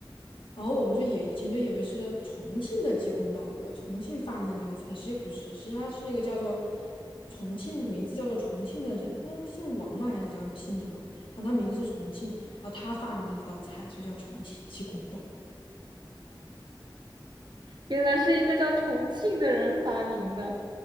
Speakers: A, on the left; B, on the right.
A: 然后我们就以以前就以为是重庆的鸡公煲，对吧？重庆发明的这个菜，实际不是，实际它是一个叫做重庆，名字叫做重庆的人，他姓王嘛，还是叫姓什么？然后他名字是重庆，然后他发明的这道菜，所以叫重庆鸡公煲。<laughs>
B: 原来是一个叫重庆的人发明的。